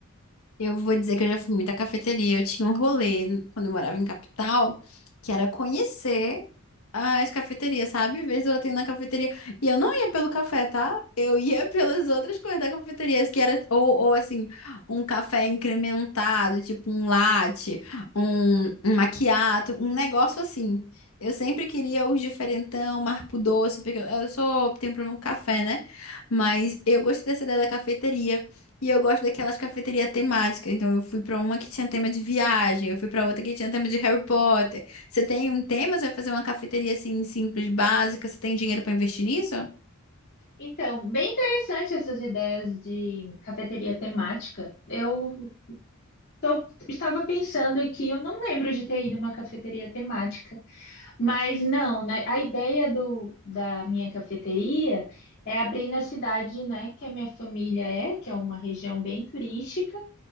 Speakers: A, on the left (about 75°); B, on the left (about 50°).
A: Eu vou dizer que eu já fui muita cafeteria. Eu tinha um rolê quando eu morava em capital, que era conhecer as cafeterias, sabe? Vez ou outra eu ia na cafeteria. E eu não ia pelo café, tá? Eu ia <laughs> pelas outras coisas da cafeteria, que era, ou, ou assim, um café incrementado, tipo um latte, um, um macchiato, um negócio assim. Eu sempre queria os diferentão, marco doce, porque eu eu sou, tenho problema com café, né? Mas eu gostei dessa ideia da cafeteria. E eu gosto daquelas cafeterias temáticas. Então, eu fui pra uma que tinha tema de viagem, eu fui pra outra que tinha tema de Harry Potter. Você tem um tema, você vai fazer uma cafeteria assim, simples, básica. Você tem dinheiro pra investir nisso?
B: Então, bem interessante essas ideias de cafeteria temática. Eu Tô, estava pensando aqui, eu não lembro de ter ido a uma cafeteria temática, mas não, né, a ideia do, da minha cafeteria é abrir na cidade, né, que a minha família é, que é uma região bem turística,